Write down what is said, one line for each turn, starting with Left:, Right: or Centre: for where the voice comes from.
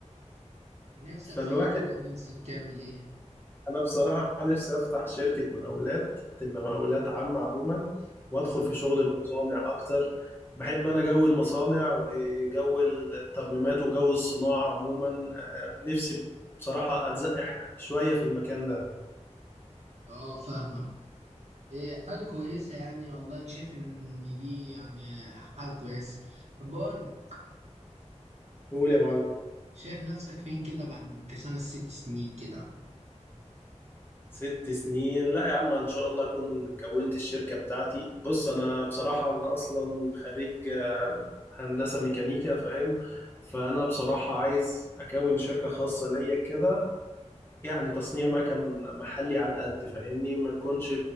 Right: نفسك
Left: فالواحد
Right: في ايه كده نفسك تعمل ايه
Left: انا بصراحه نفسي افتح شركه مقاولات تبقى مقاولات عامه عموما وادخل
Right: اه
Left: في شغل المصانع اكتر بحب انا جو المصانع وجو الترميمات وجو الصناعه عموما آه، نفسي بصراحه اتزقح شويه في المكان ده
Right: اه فاهمك ايه حاجة كويسة يعني والله انا شايف ان دي يعني حاجة كويسة بقول
Left: قول يا معلم
Right: شايف نفسك فين كده بعد خمس ست سنين كده
Left: ست سنين لا يا عم ان شاء الله اكون كونت الشركه بتاعتي بص انا بصراحه انا اصلا خريج آه، هندسه ميكانيكا فاهم فانا بصراحه عايز اكون شركه خاصه ليا كده يعني تصنيع مكن محلي على قد فاهمني ما تكونش